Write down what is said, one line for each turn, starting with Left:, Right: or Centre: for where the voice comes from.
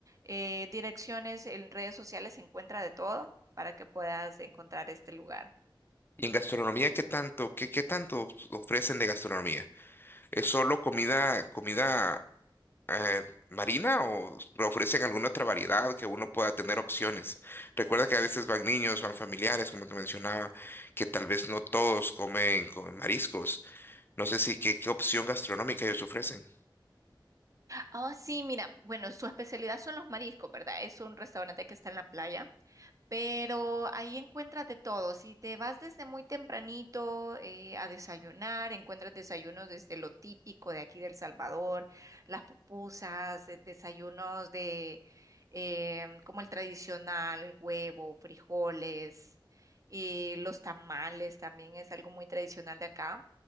Right: direcciones, en redes sociales se encuentra de todo para que puedas encontrar este lugar.
Left: ¿Y en gastronomía qué tanto, qué, qué tanto ofrecen de gastronomía? ¿Es solo comida, comida eh, marina o ofrecen alguna otra variedad que uno pueda tener opciones. Recuerda que a veces van niños, van familiares, como te mencionaba, que tal vez no
Right: Sí.
Left: todos comen, con mariscos. No sé si qué, qué opción gastronómica ellos ofrecen.
Right: Ah, sí, mira, bueno, su especialidad son los mariscos, ¿verdad? Es un restaurante que está en la playa pero ahí encuentras de todo. Si te vas desde muy tempranito eh, a desayunar, encuentras desayunos desde lo típico de aquí del Salvador, las pupusas, de- desayunos de em, como el tradicional, huevo, frijoles, y los tamales también es algo muy tradicional de acá.